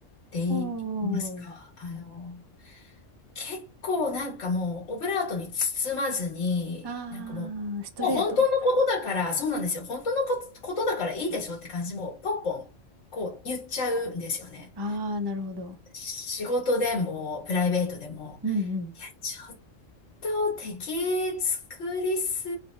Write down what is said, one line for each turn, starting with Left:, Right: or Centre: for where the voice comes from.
Left: 言いますか、
Right: おー。
Left: あのー、結構なんかもう、オブラートに包まずに、
Right: ああ、
Left: なんかも
Right: ストレート。
Left: う、もう本当のことだから、そうなんですよ。本当のことことだからいいでしょって感じ、もうポンポン、こう言っちゃうんですよね。
Right: ああ、なるほど。
Left: 仕事でも、プライベートでも、
Right: うんうん。
Left: いや、ちと敵作りす